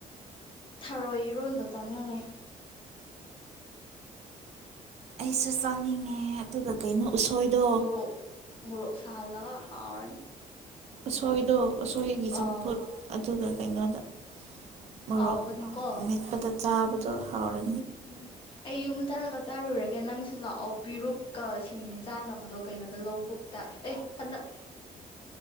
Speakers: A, on the left; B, on the right.
A: ꯊꯔꯣꯏ ꯏꯔꯣꯟꯗ ꯆꯥꯅꯤꯡꯉꯤ
B: ꯑꯩꯁꯨ ꯆꯥꯅꯤꯡꯉꯦ ꯑꯗꯨꯒ ꯀꯩꯅꯣ ꯎꯁꯣꯏꯗꯣ
A: ꯃꯣꯔꯣꯛ ꯃꯣꯔꯣꯛ ꯁꯥꯍꯜꯂꯒ ꯍꯥꯎꯔꯅꯤ
B: ꯑꯁꯣꯏꯗ ꯎꯁꯣꯏꯒꯤ ꯆꯝꯐꯨꯠ
A: ꯑꯥ
B: ꯑꯗꯨꯒ ꯀꯩꯅꯣꯗ ꯃꯣꯔꯣꯛ
A: ꯍꯥꯎꯒꯅꯤꯀꯣ
B: ꯃꯦꯠꯄꯗ ꯆꯥꯕ ꯍꯥꯎꯔ
A: ꯎꯝ ꯑꯩ ꯌꯨꯝ ꯆꯠꯂꯒ ꯆꯥꯔꯨꯔꯒꯦ ꯅꯪꯁꯨ ꯂꯥꯛꯑꯣ ꯄꯦꯔꯨꯛꯀ ꯁꯤꯡꯖꯨ ꯆꯥꯅꯕꯗꯣ ꯀꯩꯅꯣꯗ ꯂꯧꯕꯨꯛꯇ ꯑꯦ ꯍꯟꯗꯛ